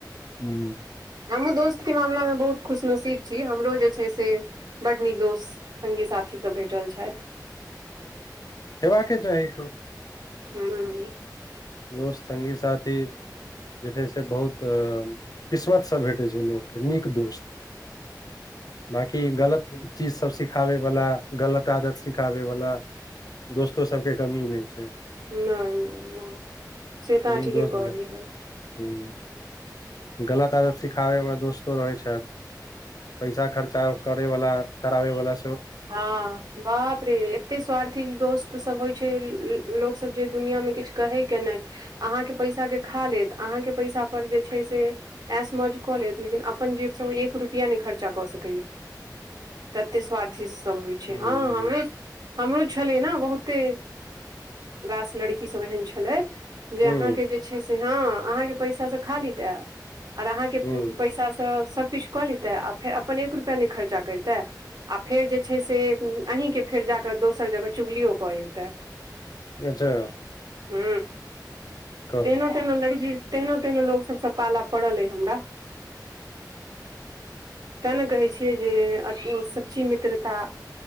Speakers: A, on the left (about 60°); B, on the right (about 65°).
A: हू
B: हमहुँ दोस्त के मामला मे बहुत खुशनसीब छी, हमरो जे छै से बड नीक दोस्त संगी साथी सभ भेटल छइथ।
A: हेबाक के चाही।
B: ह्म्म ह्म्म
A: दोस्त, संगी, साथी जे छै से बहुत किस्मत स भेटै छै, लोकके नीक दोस्त।
B: <inaudible>
A: बाँकी गलत चीजसभ सिखाबय वला, गलत आदत सिखाबय वला दोस्तो सभके कमी नहि छै।
B: नहि- नहि- नहि से तऽ
A: नीक
B: ठीके
A: दोस्त
B: कहलिइय हन।
A: हूँ गलत आदत सिखाबे हमरा दोस्त रहइ छाइथ, पैइसा खर्चा करइ वला करावइ वला
B: हँ बाप रे एते स्वार्थी दोस्त सब होइ छै, लो लोक सब जे दुनिया मे किछ कहे के नहि। अहाँके पैसा के खा लेत, अहाँके पैसा पर जे छै से। ऐस मौज कऽ लेैत, लेकिन अपन जेब स ओ एक रुपिया नहि खर्चा कऽ सके। तते स्वार्थी सब होइ छै,
A: हूँ
B: हँ हम हमरो छलै ने बहुते रास लड़कीसभ एहन छलै। जे
A: हूँ
B: अहाँके जे छै से, हँ अहाँके पैसाँ खाली तऽ आर अहाँके
A: हूँ
B: पैसासँ सभकिछु कऽ लेतै आ फेर अपन एक रुपैआ नहि खर्चा करितै आ फेर जे छै से अहीँके फेर जाकऽ दोसर जगह चुगलियो कऽ अबतै
A: अच्छा।
B: हू
A: कहू
B: तना तेना लड़ ज तहिनो तहिनो लोक सब सब पाला पड़ल अ हमरा तें ने कहै छियै जे मित्रता